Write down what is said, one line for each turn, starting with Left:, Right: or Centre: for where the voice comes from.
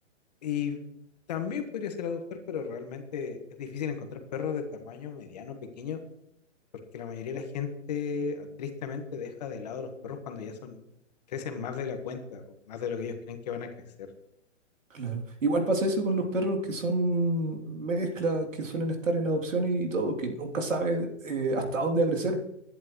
Left: Y también podría ser adoptar, pero realmente es difícil encontrar perros de tamaño mediano, pequeño, porque la mayoría de la gente ah, tristemente deja de lado los perros cuando ya son, crecen más de la cuenta o más de lo que ellos creen que van a crecer.
Right: claro. Igual pasa eso con los perros que son mezclas, que suelen estar en adopción y, todo, que nunca sabes eh, hasta dónde va a crecer,